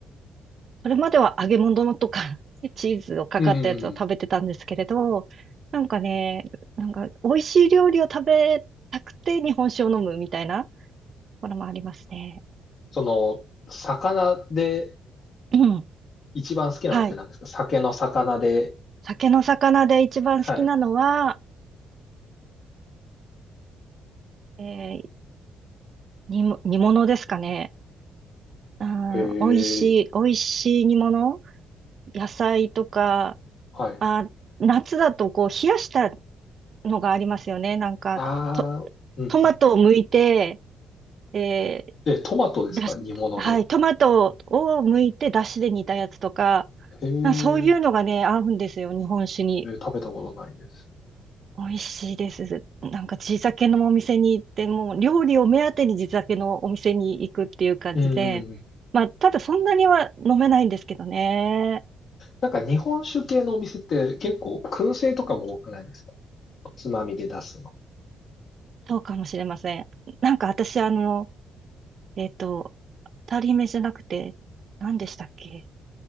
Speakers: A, on the right (about 50°); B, on the left (about 55°).
A: それまでは揚げ物とか、<laughs> チーズをかかったやつを食べてたんですけれど、
B: うんうんうん
A: なんかね、なんか、美味しい料理を食べたくて日本酒を飲むみたいなこれもありますね。
B: その、魚で
A: うん。
B: 一番好きなのって何ですか酒の魚で。
A: はい。酒の魚で一番好きなのは、
B: はい。
A: えー、煮も、煮物ですかね。あー、
B: へえ。
A: 美味しい、美味しい煮物、野菜とか、
B: はい。
A: あー、夏だとこう冷やしたのがありますよね。なんか、
B: ああ、
A: と、
B: うんうん。
A: トマトを剥いて、え
B: え、トマトですか煮物で。
A: ー、だし、はい、トマトを剥いて出汁で煮たやつとか、
B: へえ、
A: あそういうのがね、合うんですよ、日本酒に。
B: え食べたことないです。
A: 美味しいです。なんか地酒のお店に行って、もう料理を目当てに地酒のお店に行くっていう感じで、
B: うんうんうん。
A: まあ、ただそんなには飲めないんですけどね。
B: なんか日本酒系のお店って結構燻製とかも多くないですかおつまみで出すの。
A: そうかもしれません。なんか私、あの、えっと、当たり目じゃなくて、何でしたっけ